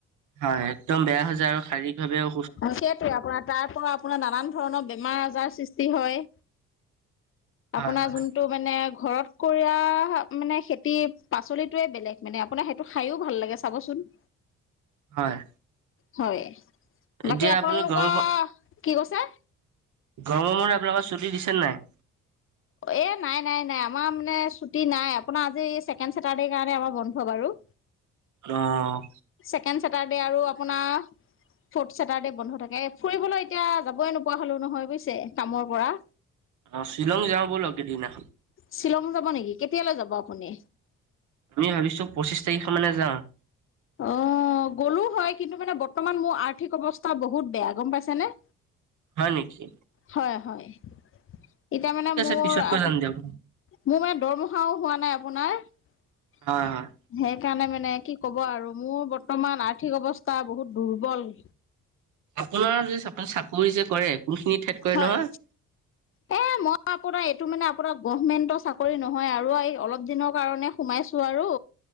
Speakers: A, on the right; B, on the left.
A: হয় একদম বেয়া হৈ যায় আৰু শাৰীৰিক ভাৱেও
B: ভালকেটো আপোনাৰ তাৰ পৰা আপোনাৰ নানান ধৰণৰ বেমাৰ আজাৰ সৃষ্টি হয়
A: হয়
B: আপোনাৰ
A: হয়
B: যোনটো মানে ঘৰত কৰা মানে খেতি পাচলিটোয়ে বেলেগ মানে আপোনাৰ সেইটো খায়ও ভাল লাগে চা চাবচোন
A: হয়
B: হয় বাকী
A: এতিয়া
B: আপোনালোকৰ
A: আপুনি গৰম
B: কি কৈছে
A: গৰমৰ মাহ আপোনালোকৰ চুটি দিছে নাই
B: এ নাই নাই নাই আমাৰ মানে ছুটি নাই আপোনাৰ আজি ছেকেণ্ড চেতাৰডে কাৰণে আমাৰ বন্ধ বাৰু।
A: অঁ
B: ছেকেণ্ড ছেটাৰ্ডে' আৰু আপোনাৰ- ফৰ্থ ছেটাৰ্ডে বন্ধ থাকে ফুৰিবলৈ এতিয়া যাবই নোপোৱা হলো নহয় বুজিছে কামৰ পৰা
A: অ শ্বিলং যাওঁ বলক এদিনা
B: শ্বিলং যাব নিকি কেতিয়ালৈ যাব আপুনি
A: আমি ভাবিছো পঁচিছ তাৰিখ মানে যা-
B: অ অ গ'লো হয় কিন্তু মানে বৰ্তমান মোৰ আৰ্থিক অৱস্থা বহুত বেয়া গম পাইছেনে-
A: হয় নেকি?
B: হয় হয় এতিয়া মানে
A: ঠিক আছে
B: মোৰ
A: পিছতকৈ
B: আপ-
A: যাম দিয়ক
B: মোৰ মানে দৰমহাও হোৱা নাই আপোনাৰ সেইকাৰণে
A: হয় হয়
B: মানে কি- ক'ব আৰু মোৰ বৰ্তমান আৰ্থিক অৱস্থা বহুত দুৰ্বল-
A: আপোনাৰ যে আপ চাকৰি যে কৰে কোনখিনি ঠাইত কৰে
B: হয়।
A: নহয়।
B: এ মই আপোনাৰ এইটো মানে আপোনাৰ গভমেন্টৰ চাকৰি নহয় আৰু এই অলপ দিনৰ কাৰণে সোমাইছো আৰু।